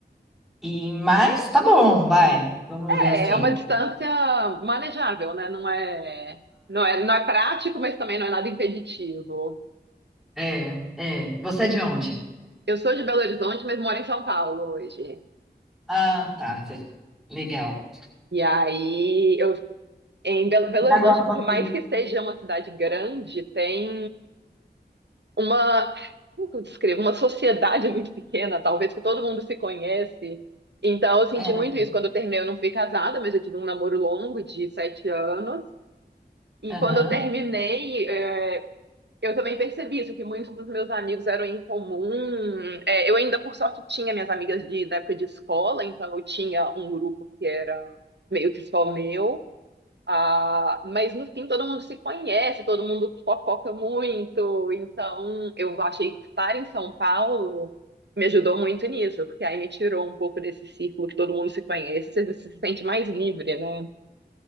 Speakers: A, in the centre; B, on the right (about 80°).
A: E mas tá bom, vai. Vamos
B: É,
A: ver assim.
B: é uma distância manejável, né? Não é, não é, não é prático, mas também não é nada impeditivo.
A: É, é. Você é de onde?
B: Eu sou de Belo Horizonte, mas moro em São Paulo hoje.
A: Ah, tá. cê- Legal.
B: E aí, eu, em Belo Belo
A: E
B: Horizonte,
A: agora
B: por
A: você.
B: mais que seja uma cidade grande, tem uma, como que eu descrevo? Uma sociedade <laughs> muito pequena, talvez, que todo mundo se conhece. Então, eu senti
A: é,
B: muito isso. Quando eu terminei, eu não fui casada, mas eu tive um namoro longo de sete anos. E
A: Aham,
B: quando eu terminei, é, eu também percebi isso, que muitos dos meus amigos eram em comum. É, eu ainda, por sorte, tinha minhas amigas de, da época de escola, então eu tinha um grupo que era meio que só meu. Ah, mas no fim todo mundo se conhece, todo mundo fofoca muito, então eu achei que estar em São Paulo me ajudou muito nisso, porque aí me tirou um pouco desse círculo que todo mundo se conhece, você se sente mais livre, né?